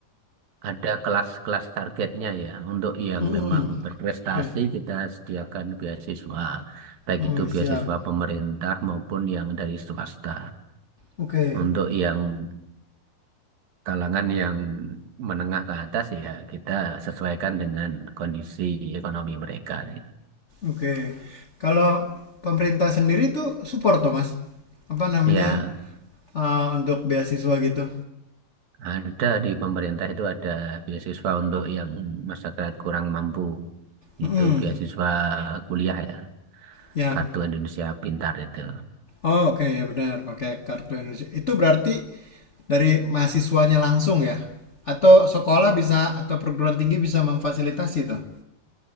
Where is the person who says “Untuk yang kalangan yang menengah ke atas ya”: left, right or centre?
Right